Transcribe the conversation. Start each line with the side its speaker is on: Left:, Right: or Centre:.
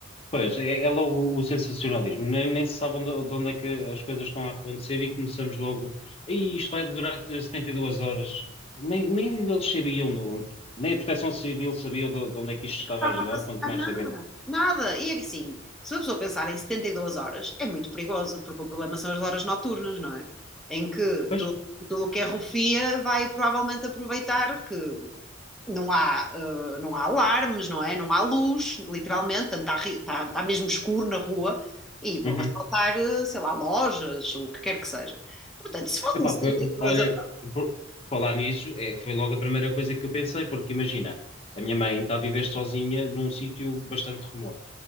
Left: pois, é, é logo o sensacionalismo. Nem, nem se sabe onde, de onde é que as coisas estão a acontecer e começamos logo. E isto vai durar 72 horas. Nem, nem eles sabiam de onde. Nem a Proteção Civil sabia de, de onde é que isto estava
Centre: não estava
Left: a gerar,
Centre: a passar
Left: quanto mais
Centre: nada.
Left: saberem.
Centre: Nada. E assim, se uma pessoa pensar em 72 horas, é muito perigoso, porque o problema são as horas noturnas, não é? Em que
Left: Pois?
Centre: tudo, tudo o que é rufia vai provavelmente aproveitar que não há, uh, não há alarmes, não é? Não há luz, literalmente, portanto, está, ri- está, está mesmo escuro na rua e vão
Left: Uhum.
Centre: assaltar, uh, sei lá, lojas, o que quer que seja. Portanto, se fossem
Left: Epá,
Centre: 72
Left: foi- olha,
Centre: horas.
Left: por falar nisso, é, foi logo a primeira coisa que eu pensei, porque imagina. A minha mãe está a viver sozinha num sítio bastante remoto.